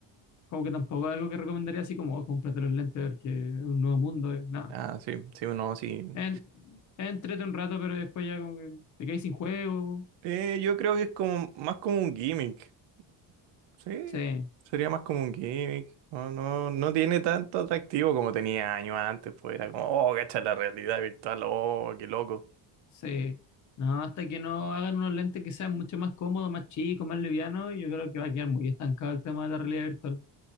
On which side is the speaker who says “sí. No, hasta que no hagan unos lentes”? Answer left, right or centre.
Left